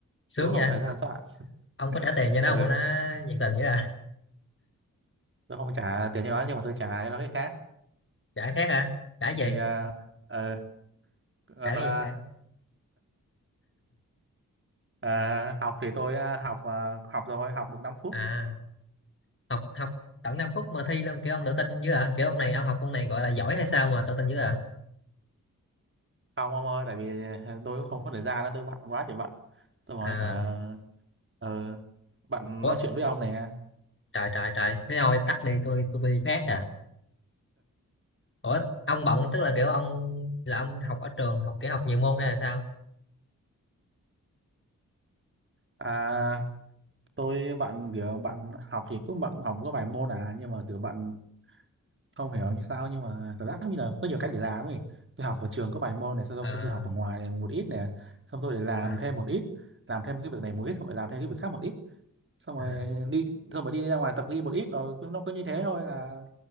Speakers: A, on the left; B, on the right.
A: sướng
B: Tôi không
A: vậy.
B: có thời gian soạn. <laughs>
A: Ông có trả tiền cho nó
B: Ừ,
A: không mà nó nhiệt tình vậy à?
B: tôi không trả tiền cho nó nhưng mà tôi trả cho nó cái khác.
A: Trả khác hả? Trả gì?
B: Thì ờ, ờ, còn
A: Trả
B: ờ,
A: cái gì? Trả
B: ờ, học thì tôi ờ, học ờ, học rồi, học được năm phút
A: à, học học tận 5 phút mà thi luôn kiểu ông tự tin dữ à? Kiểu ông này ông học ông này gọi là giỏi hay sao mà tự tin dữ à?
B: không ông ơi tại vì tôi không có thời gian đó tôi bận quá trời bận xong rồi
A: À,
B: hả ờ, bạn
A: ủa
B: nói chuyện với ông nè
A: trời trời trời thế thôi tắt đi tôi tôi đi khác à ủa ông bận tức là kiểu ông là ông học ở trường học kiểu học nhiều môn hay là sao
B: à tôi bạn kiểu bạn học thì cũng bạn cũng học có vài môn à nhưng mà kiểu bạn không hiểu như sao nhưng mà cảm giác như là có nhiều cách để làm ấy tôi học ở trường có vài môn này xong,
A: à,
B: xong tôi học ở ngoài một ít nè xong tôi để làm
A: à,
B: thêm một ít làm thêm cái việc này một ít xong rồi làm thêm cái việc khác một ít xong rồi
A: à,
B: đi xong rồi đi ra ngoài tập gym một ít rồi cứ- nó cứ như thế thôi là